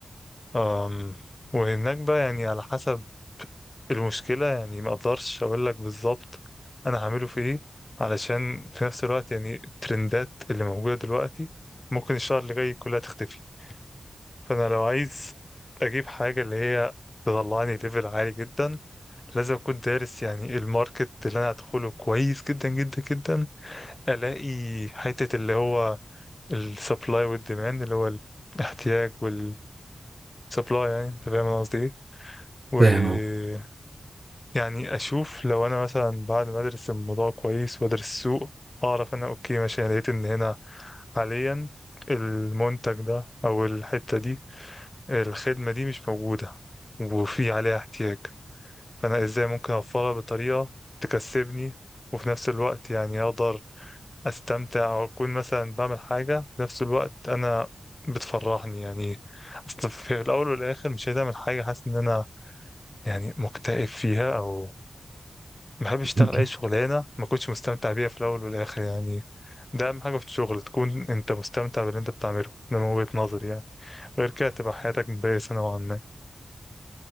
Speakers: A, on the left (about 30°); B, on the right (about 45°).
A: أم وهناك بقى يعني على حسب المشكلة يعني ما اقدرش اقول لك بالظبط انا هعمله في ايه علشان في نفس الوقت يعني الترندات اللي موجودة دلوقتي ممكن الشهر اللي جاي كلها تختفي فانا لو عايز اجيب حاجة اللي هي تطلعني ليفل عالي جدا لازم اكون دارس يعني الماركت اللي انا هدخله كويس جدا جدا جدا الاقي حتة اللي هو السبلاي والديماند اللي هو الاحتياج والسبلاي يعني انت فاهم انا قصدي ايه ويعني
B: فاهم اهو
A: اشوف لو انا مثلا بعد ما ادرس الموضوع كويس وادرس السوق اعرف انا اوكي ماشي انا لقيت ان هنا حاليا المنتج ده او الحتة دي الخدمة دي مش موجودة وفي عليها احتياج فانا ازاي ممكن اوفرها بطريقه تكسبني وفي نفس الوقت يعني اقدر استمتع واكون مثلا بعمل حاجه في نفس الوقت انا بتفرحني يعني اصل في الاول والاخر مش عايز اعمل حاجه حاسس ان انا يعني مكتئب فيها او ما بحبش
B: <clears throat>
A: اشتغل اي شغلانه ما كنتش مستمتع بيها في الاول والاخر يعني ده اهم حاجه في الشغل تكون انت مستمتع باللي انت بتعمله ده من وجهه نظري يعني غير كده تبقى حياتك مبائسه نوعا ما